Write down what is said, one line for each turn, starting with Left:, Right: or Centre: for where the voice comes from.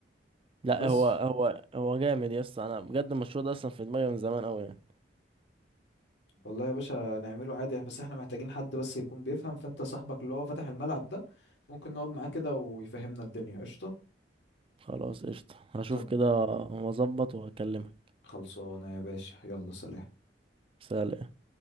Right: لا
Left: بس
Right: هو هو هو جامد يا اسطى انا بجد المشروع ده اصلا في دماغي من زمان قوي يعني
Left: والله يا باشا نعمله عادي بس احنا محتاجين حد بس يكون بيفهم فانت صاحبك اللي هو فاتح الملعب ده ممكن نقعد معاه كده ويفهمنا الدنيا قشطة
Right: خلاص قشطة هشوف
Left: زب
Right: كده واظبط واكلمك
Left: خلصانة يا باشا يلا سلام
Right: سلام